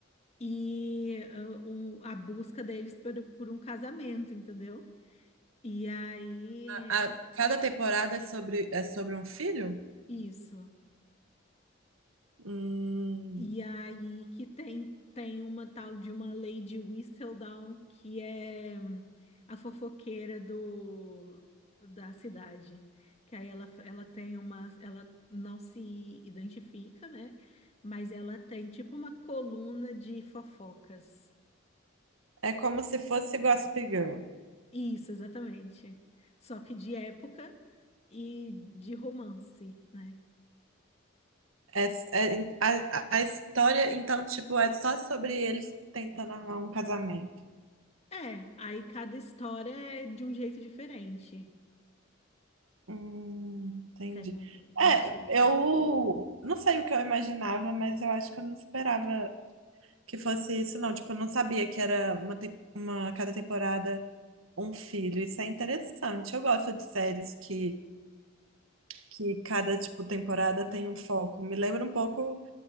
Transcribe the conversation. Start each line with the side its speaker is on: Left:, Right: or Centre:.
Left: e ah, um- a busca deles por, por um casamento, entendeu? E aí,
Right: A- a- cada temporada é sobre, é sobre um filho?
Left: isso.
Right: Hum,
Left: E aí que tem, tem uma tal de uma Lady Whistledown, que é hum, a fofoqueira do, da cidade. Que aí ela, ela tem uma. Ela não se identifica, né? Mas ela tem tipo uma coluna de fofocas.
Right: é como se fosse Gossip Girl.
Left: Isso, exatamente. Só que de época. e de romance, né?
Right: É, é- a, a a história, então, tipo, é só sobre eles tentando armar um casamento.
Left: É, aí cada história é de um jeito diferente.
Right: Hum, entendi.
Left: Tem um,
Right: É,
Left: um estilo diferente.
Right: eu não sei o que eu imaginava, mas eu acho que eu não esperava. que fosse isso, não. Tipo, eu não sabia que era uma, tem- uma cada temporada um filho. Isso é interessante. Eu gosto de séries que, que cada, tipo, temporada tem um foco. Me lembra um pouco,